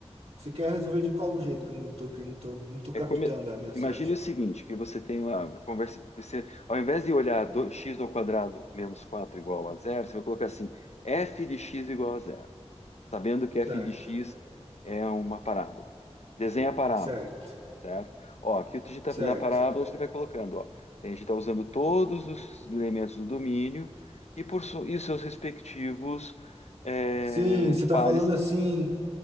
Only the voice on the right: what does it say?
Você quer resolver de qual jeito que eu não tô, que eu não tô, não tô
captando
a mensagem?
Certo,
certo,
certo.
Sim, você está
falando assim,